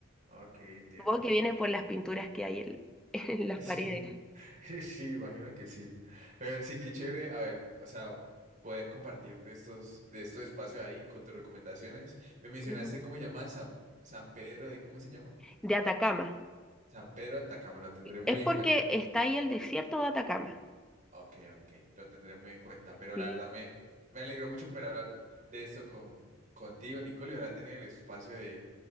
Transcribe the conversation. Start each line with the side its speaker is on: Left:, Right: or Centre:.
Right: ok, entiendo.
Centre: Supongo que viene por las pinturas que hay en, <laughs> en
Right: Eh,
Centre: las
Right: Sí,
Centre: paredes.
Right: <laughs> sí, imagino que sí. Pero sí, qué chévere, a ver, o sea, poder compartir de estos, de estos espacios ahí con tus recomendaciones. Me mencionaste
Centre: Ujú.
Right: cómo se llama San, San Pedro de, ¿cómo se llama?
Centre: De Atacama.
Right: San Pedro de Atacama, lo tendré muy
Centre: Es
Right: en
Centre: porque
Right: cuenta.
Centre: está ahí el desierto de Atacama.
Right: Ok, ok, lo tendré muy en cuenta, pero
Centre: Sí.
Right: la verdad me, me alegró mucho poder hablar de esto con, contigo, Nicole, y ojalá tener el espacio de,